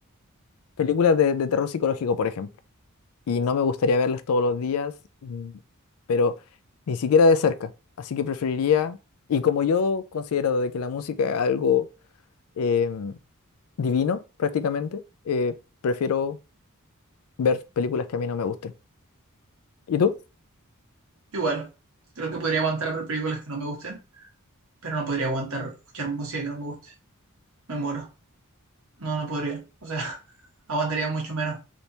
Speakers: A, on the left; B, on the right.
A: película de, de terror psicológico, por ejemplo y no me gustaría verlas todos los días, mm, pero ni siquiera de cerca. Así que preferiría, y como yo considero de que la música es algo em, divino prácticamente, eh, prefiero ver películas que a mí no me gusten. ¿Y tú?
B: Igual, creo que podría aguantar ver películas que no me gusten pero no podría aguantar escuchar música que no me guste. Me muero. No, no podría. O sea, <laughs> aguantaría mucho menos.